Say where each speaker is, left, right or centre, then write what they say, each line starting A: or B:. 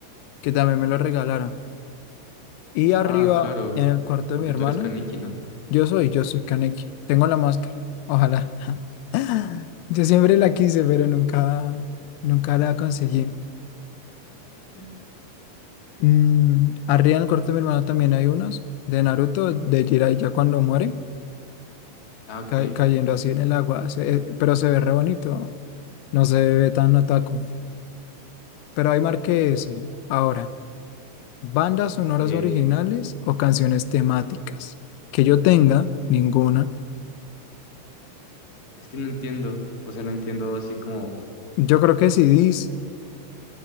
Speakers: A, on the left; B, on the left.
A: que también me lo regalaron. Y arriba,
B: Ah, claro,
A: en el cuarto
B: porque
A: de mi hermana,
B: tú eres Kaneki, ¿no?
A: yo soy, yo soy Kaneki. Tengo la máscara. Ojalá. <laughs> Yo siempre la quise, pero nunca, nunca la conseguí.
B: <laughs>
A: Mm, arriba en el corte de mi hermano también hay unos de Naruto, de Jiraiya ya cuando muere,
B: Ah, ok.
A: ca- cayendo así en el agua, se- eh, pero se ve re bonito, no se ve tan otaku. Pero hay marqué ese. Ahora, bandas sonoras
B: Eh,
A: originales o canciones temáticas. Que yo tenga, ninguna.
B: es que no entiendo. O sea, no entiendo así como...
A: Yo creo que CDs,